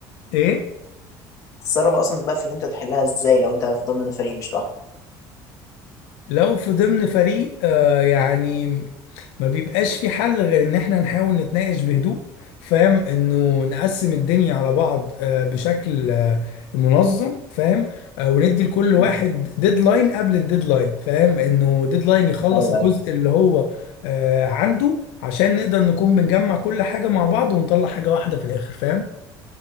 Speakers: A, on the left; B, on the left.
A: إيه؟
B: بتتصرف اصلا بقى في اللي انت تحلها ازاي لو انت في ضمن فريق مش لوحدك
A: لو في ضمن فريق آه يعني ما بيبقاش في حل غير ان احنا نحاول نتناقش بهدوء فاهم انه نقسم الدنيا على بعض آه بشكل آه منظم فاهم آه وندي لكل
B: مم.
A: واحد ديدلاين قبل الديدلاين فاهم انه ديدلاين يخلص
B: ايوه
A: الجزء
B: ايوه
A: اللي هو آه عنده عشان نقدر نكون بنجمع كل حاجة مع بعض ونطلع حاجة واحدة في الاخر فاهم